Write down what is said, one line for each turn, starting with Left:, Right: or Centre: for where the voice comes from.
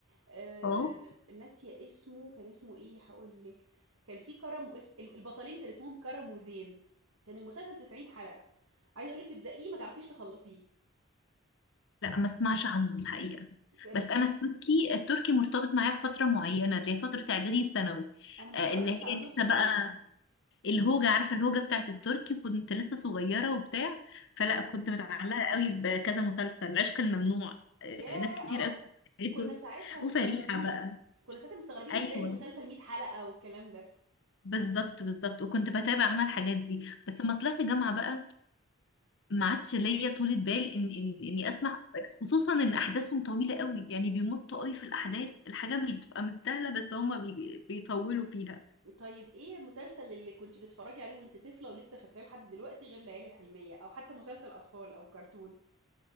Right: آه،
Left: اه
Right: ناسية اسمه كان اسمه ايه هقول لك كان في كرم واسم البطلين كان اسمهم كرم وزين كان المسلسل 90 حلقة عايزة اقول لك تبدأيه ما تعرفيش تخلصيه
Left: لا ما اسمعش عنه الحقيقة
Right: كان
Left: بس
Right: بي...
Left: انا التركي التركي مرتبط معايا بفترة معينة اللي هي فترة اعدادي وثانوي
Right: انا ما
Left: آه،
Right: اتفرجتش
Left: اللي هي
Right: على تركي
Left: لسه
Right: خالص
Left: بقى الهوجة عارفة الهوجة بتاعت التركي كنت لسه صغيرة وبتاع فلا
Right: مم.
Left: كنت متعلقة قوي بكذا مسلسل عشق الممنوع آه،
Right: ياه
Left: ناس كتير
Right: اه
Left: قوي بتحبه.
Right: كنا ساعتها مستغربين
Left: وفريحة بقى
Right: كنا ساعتها مستغربين
Left: ايوه
Right: ازاي المسلسل 100 حلقة والكلام ده
Left: بالظبط بالظبط وكنت بتابع انا الحاجات دي بس لما طلعت جامعة بقى ما عادش ليا طولة بال ان ان اني اسمع خصوصا ان احداثهم طويلة قوي يعني بيمطوا قوي في الاحداث الحاجة مش بتبقى مستاهلة بس هما بي- بيطولوا فيها
Right: طيب ايه المسلسل اللي كنت بتتفرجي عليه وانت طفلة ولسه فاكراه لحد دلوقتي غير ليالي الحلمية او حتى مسلسل اطفال او كرتون